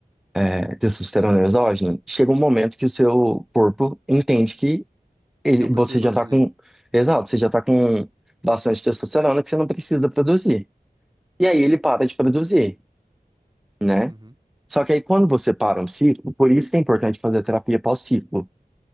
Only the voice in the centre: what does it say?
é, testosterona exógena, chega um momento que o seu corpo entende que ele,
você
já está com, exato, você já está com bastante testosterona que você não precisa produzir. E aí ele para de produzir, né?
Só que aí quando você para um ciclo, por isso que é importante fazer a terapia pós-ciclo.